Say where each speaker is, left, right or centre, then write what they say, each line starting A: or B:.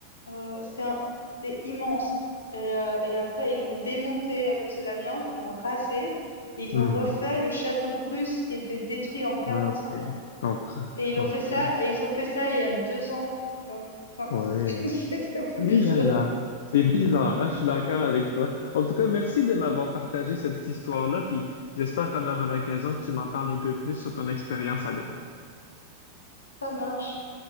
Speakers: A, on the left; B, on the left.
A: Euh, c'était un- c'était immense. Et, euh, et après, ils l'ont démonté à cause de l'amiante, ils l'ont rasé et ils
B: hmm,
A: ont refait le château Prusse qui était détruit en 45.
B: ok. Je comprends,
A: Et
B: je
A: ils
B: comprends.
A: ont fait ça, et ils ont fait ça il y a deux ans, tu vois. Enfin,
B: Ouais.
A: c'est <laughs> c'est ça qui est un peu bizarre.
B: Et là là, c'est bizarre, hein, Je suis d'accord avec toi. En tout cas, merci de m'avoir partagé cette histoire-là, puis j'espère qu'on aura l'occasion que tu m'en parles un peu plus sur ton expérience à Berlin.
A: Ça marche.